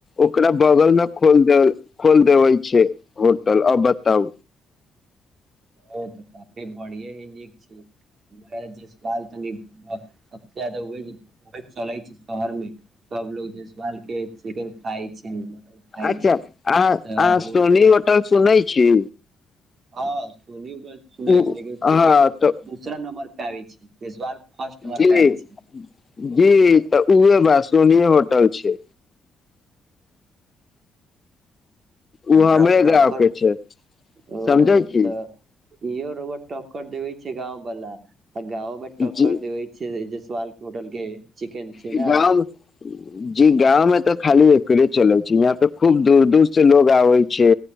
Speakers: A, on the left; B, on the right.
A: ओकरा बगल में खोल दे खोल देवे छै होटल बताउ
B: ओ तऽ काफी बढ़िये ही नीक छै जे साल तनि छै शहर में सब लोग जेसबाल के खाई छै खाय
A: अच्छा
B: छै
A: अ
B: तऽ
A: अह सोनी होटल सुनै छी
B: हां सुनै सुनै
A: ओ
B: छी लेकिन
A: हँ तऽ
B: दूसरा नंम्बर पे आबै छै जेसवाल फर्स्ट नंबर
A: जी
B: पे आबै छै
A: जी तऽ उह बा सोनी होटल छै ओ हमरे
B: रव ठोकर
A: गाँव के छै
B: ओ
A: समझै छी
B: तऽ इहो रौवा टक्कर देवे छै गाँंव वाला आ गाँंव में
A: जी
B: टक्कर देवे छै जे सवाल होटल के चिकन छै
A: गाम
B: ने
A: <unintelligible> जी गांवं में त खाली एकरे चल छै यहाँ पे खूब दूर दूर से लोग आवे छै